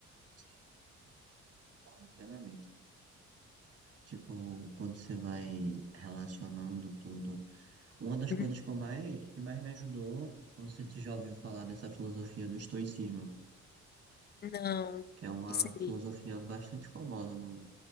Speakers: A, on the right; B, on the left.
A: Sim, concordo plenamente. Tipo, quando você vai relacionando tudo. Uma das
B: Uhum.
A: coisas que eu mais, que mais me ajudou, eu não sei se você já ouviu falar dessa filosofia do estoicismo,
B: Não,
A: que é uma
B: que seria?
A: filosofia bastante famosa no,